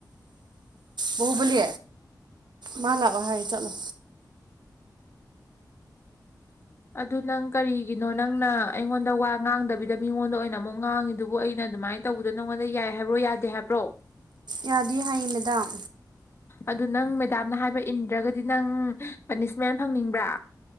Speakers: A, on the right; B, on the left.
A: ꯕꯍꯨꯕꯜꯂꯤ ꯃꯥ ꯂꯥꯛꯑꯣ ꯍꯥꯏ ꯆꯠꯂꯣ
B: ꯑꯗꯨ ꯅꯪ ꯀꯔꯤꯒꯤꯅꯣ ꯅꯪꯅ ꯑꯩꯉꯣꯟꯗ ꯋꯥ ꯉꯥꯡꯗꯕꯤꯗ ꯃꯤꯉꯣꯟꯗ ꯑꯣꯏꯅ ꯑꯃꯨꯛ ꯉꯥꯡꯉꯤꯗꯨꯕꯨ ꯑꯩꯅ ꯑꯗꯨꯃꯥꯏꯅ ꯇꯧꯕꯗꯣ ꯅꯉꯣꯟꯗ ꯌꯥꯏ ꯍꯥꯏꯕ꯭ꯔꯣ ꯌꯥꯗꯦ ꯍꯥꯏꯕ꯭ꯔꯣ
A: ꯌꯥꯗꯦ ꯍꯥꯏꯌꯦ ꯃꯦꯗꯥꯝ
B: ꯑꯗꯨ ꯅꯪ ꯃꯦꯗꯥꯝꯅ ꯍꯥꯏꯕ ꯏꯟꯗ꯭ꯔꯒꯗꯤ ꯅꯪ ꯄꯅꯤꯁꯃꯦꯟ ꯐꯪꯅꯤꯡꯕ꯭ꯔꯥ